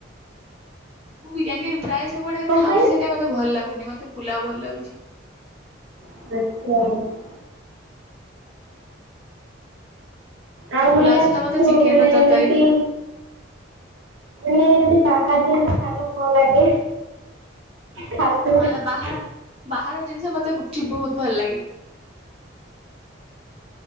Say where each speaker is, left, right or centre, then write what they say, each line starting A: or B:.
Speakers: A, on the right; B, on the right.
A: ମୁଁ ବିରିୟାନୀ ପ୍ରାୟ ସବୁଆଡ଼େ
B: କଣ
A: ଖାଉଛି
B: ପାଇଁ?
A: ସେଥିପାଇଁ ମତେ ଭଲ ଲାଗୁନି ମତେ ପୁଲାଉ ଭଲ ଲାଗୁଛି।
B: ଆଚ୍ଛା। ଆଉ
A: ପୁଲାଉ
B: ମାନେ
A: ସହିତ ମତେ
B: ପୁଅ
A: ଚିକେନ
B: ମାନେ
A: ର ତରକାରୀ
B: ଏମିତି
A: ଭଲ ଲାଗେ
B: ମାନେ ଏ ବାହାର ଜିନିଷ ଖାଇବାକୁ ଭଲ ଲାଗେ। ଫାଷ୍ଟଫୁଡ
A: କଣ ହେଲା ବାହାର ବାହାର ଜିନିଷ ମତେ ଗୁପଚୁପ ବହୁତ ଭଲ ଲାଗେ।